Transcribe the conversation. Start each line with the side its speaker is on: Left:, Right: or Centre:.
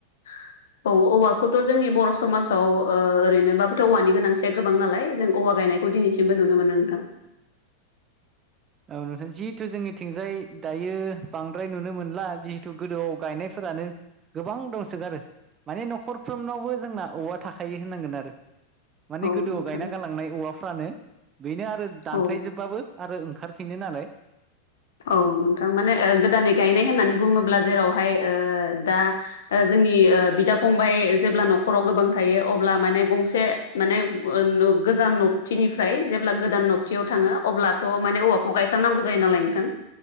Left: <inaudible> औ औवाखौथ' जोंनि बर' समाजाव ओरैनोबाबोथ' औवानि गोनांथिया गोबां नालाय जों औवा गायनाय खौ दिनैसिमबो नुनो मोनो नोंथां।
Right: औ नोंथां जिहेथु जोंनिथिंजाय दायो बांद्राय नुनो मोनला जिहेथु गोदोआव गायनायफोरानो, गोबां दंसोगारो माने न'खरफ्रोमनावबो जोंना औवा थाखायो होननांगोन आरो। माने
Left: औ
Right: गोदोआव
Left: नोंथां
Right: गायना गालांनाय औवाफ्रानो बेनो आरो दानस्रायजोबबाबो
Left: औ
Right: आरो ओंखार फिनो नालाय,,
Left: औ नोंथां माने गोदानै गायनाय होननानै बुङोब्ला जेरावहाय ओ दा, जोंनि बिदा फंबाय जेब्ला न'खराव गोबां थायो अब्ला माने गंसे, माने गोजान नबथिनिफ्राय जेब्ला गोदान नब थियाव थाङो अब्लाथ' माने औवाखौ गायथारनांगौ जायो नालाय नोंथां।